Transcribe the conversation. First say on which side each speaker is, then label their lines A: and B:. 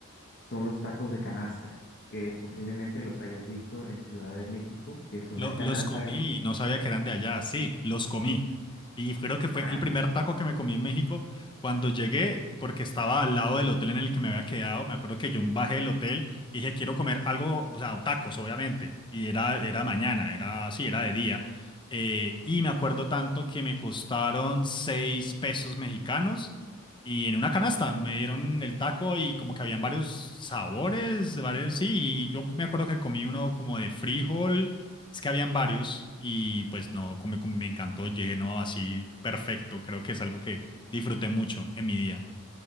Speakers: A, on the left (about 50°); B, on the left (about 20°).
A: son los tacos de canasta, que posiblemente los hayas visto en Ciudad de México, que es una
B: Lo-
A: canasta.
B: los comí y no sabía que eran de allá. Sí, los comí. Y creo que fue
A: ajá,
B: el primer taco que me comí en México cuando llegué, porque estaba al lado del hotel en el que me había quedado. Me acuerdo que yo bajé del hotel y dije, quiero comer algo, o sea, tacos, obviamente. Y era, era mañana, era, sí, era de día. Eh, y me acuerdo tanto que me costaron seis pesos mexicanos y en una canasta me dieron el taco y como que habían varios sabores, varios, sí. Y yo me acuerdo que comí uno como de frijol es que habían varios y pues no, como, como me encantó, yo dije, no, así perfecto, creo que es algo que disfruté mucho en mi día.